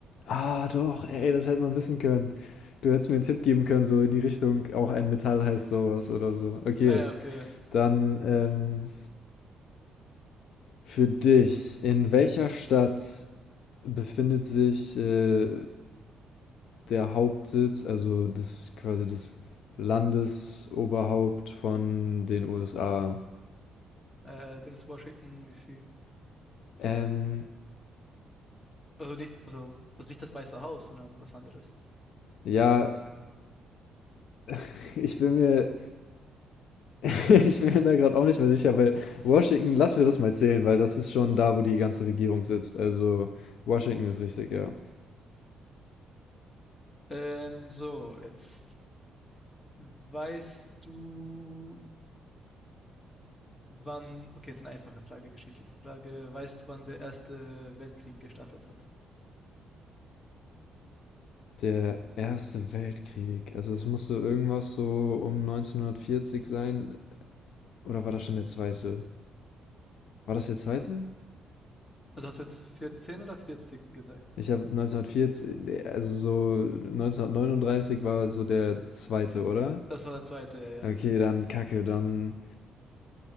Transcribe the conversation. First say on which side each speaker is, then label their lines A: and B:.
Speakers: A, on the left (about 70°); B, on the left (about 25°).
A: Ah, doch, ey, das hätte man wissen können. Du hättest mir einen Tipp geben können, so in die Richtung, auch ein Metall heißt sowas oder so. Okay,
B: Ah ja, okay.
A: dann ähm, für dich. In welcher Stadt befindet sich äh, der Hauptsitz, also das quasi das Landesoberhaupt von den USA.
B: ja. Äh, Dings Washington, DC.
A: Ähm,
B: Also nicht, also, also nicht das Weiße Haus, sondern was anderes.
A: ja, <laughs> ich bin mir, <laughs> ich bin mir da gerade auch nicht mehr sicher, weil Washington, lassen wir das mal zählen, weil das ist schon da, wo die ganze Regierung sitzt. Also Washington ist richtig,
B: Okay.
A: ja.
B: Ähm, so, jetzt weißt du, wann. Okay, jetzt eine einfache Frage, geschichtliche Frage. Weißt du, wann der Erste Weltkrieg gestartet hat?
A: Der Erste Weltkrieg, also es musste irgendwas so um 1940 sein, oder war das schon der zweite? War das der zweite?
B: Also hast du jetzt 14 oder 40 gesagt?
A: Ich habe 1940, also so 1939 war so der zweite, oder?
B: Das war der zweite, ja, ja.
A: Okay, dann Kacke, dann.